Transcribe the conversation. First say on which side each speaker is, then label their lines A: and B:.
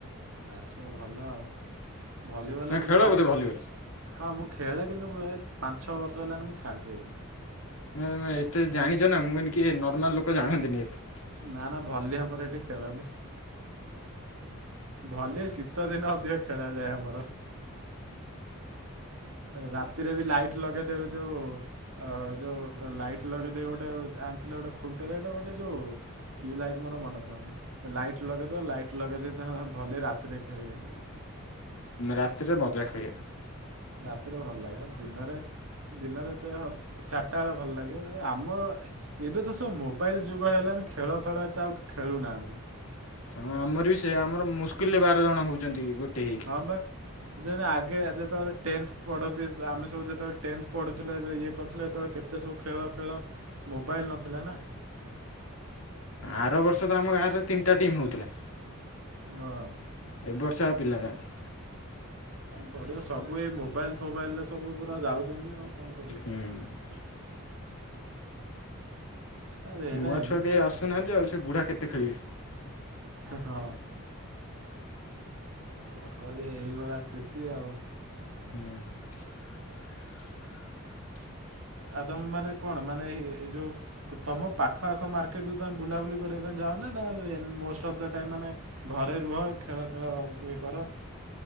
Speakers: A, on the right; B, on the left.
A: ଆସିବା ଭଲ ଆଉ। ଭଲି ବଲ
B: ନା
A: ମୁଁ
B: ଖେଳ
A: ଆଗେ
B: ବୋଧେ ଭଲିବଲ୍।
A: ଖେ ହଁ ମୁଁ ଖେଳେ କିନ୍ତୁ ଏ ପାଞ୍ଚ ଛଅ ବର୍ଷ ହେଲାଣି ମୁଁ ଛାଡିଦେଇଚି।
B: ନାଁ ଏତେ ଜାଣିଚ ନା ମୁଁ କଇନି କି ନର୍ମାଲ ଲୋକ ଜାଣନ୍ତିନି ଏତେ।
A: ନା ନା ଭଲି ଆମର ଏଠି ଖେଳନି। ଭଲି ଶୀତଦିନ ଅଧିକ ଖେଳାଯାଏ ଆମର। ରାତିରେ ବି ଲାଇଟ୍ ଲଗେଇଦେବେ ଯୋଉ। ଆ ଯୋଉ ଲାଇଟ ଲଗେଇଦେଇ ଗୋଟେ ଆଣିଥିଲେ ଗୋଟେ ଖୁଣ୍ଟରେ ଗୋଟେ ଯୋଉ କି ଲାଇଟ୍ ମୋର ମନେ ପଡୁନି। ଲାଇଟ ଲଗେଇଦେବେ ଲାଇଟ ଲଗେଇ ଦେଇକି ତାଙ୍କର ଭଲି ରାତିରେ ଖେଳିବେ।
B: ରାତିରେ ମଜା ଖେଳିବେ।
A: ରାତିରେ ଭଲ ଲାଗେ ଦିନରେ ଦିନରେ ଏତେ ହଁ ଚାରିଟା ବେଳେ ଭଲ ଲାଗିବ ଆ ଆମ ଏବେ ତ ସବୁ ମୋବାଇଲ୍ ଯୁଗ ହେଲାଣି ଖେଳ ଫେଳ ଏତେ ଆଉ ଖେଳୁନାହାଁନ୍ତି।
B: ହଁ ଆମର ବି ସେଇଆ ଆମର ମୁସ୍କିଲରେ ବାର ଜଣ ହଉଛନ୍ତି ଗୋଟେ ହେଇକି।
A: ହଁ ବା। ଦେନେ ଆଗେ ଯେତେବେଳେ ଟେନ୍ଥ ପଢନ୍ତି ଆମେ ସବୁ ଯେତେବେଳେ ଟେନ୍ଥ ପଢୁଥିଲେ ଯୋଉ ଇଏ କରୁଥିଲେ ଯେତେବେଳେ କେତେ ସବୁ ଖେଳ ଫେଳ ମୋବାଇଲ୍ ନଥିଲା ନା।
B: ଆର ବର୍ଷ ତ ଆମ ଗାଁରେ ତିନିଟା ଟିମ୍ ହଉଥିଲା।
A: ହଁ।
B: ଏ ବର୍ଷ ଆଉ ପିଲା ନାହାନ୍ତି।
A: କରିବ ସବୁ ଏଇ ମୋବାଇଲ ଫୋବାଇଲରେ ସବୁ ପୁରା ଯାଉଚନ୍ତି ଆଉ କଣ କରିବା।
B: ହୁଁ।
A: ଆରେ ଏରା
B: ନୂଆ
A: ଏମିତି
B: ଛୁଆ କେହି ଆସୁନାହାନ୍ତି ଆଉ ସେ ବୁଢା କେତେ ଖେଳିବେ।
A: ହଁ। କଣ କରିବା ଏଇଭଳିଆ ସ୍ଥିତି ଆଉ।
B: ହୁଁ।
A: ଆଦମ ମାନେ କଣ ମାନେ ଏଇ ଯୋଉ ତମ ପାଖ ଆଖ ମାର୍କେଟକୁ ତମେ ବୁଲାବୁଲି କରିବା ପାଇଁ ଯାଅ ନା ନା ମୋଷ୍ଟ ଅଫ ଦ ଟାଇମ ମାନେ ଘରେ ରୁହ ଖେଳ ଖେଳ ଇଏ କର।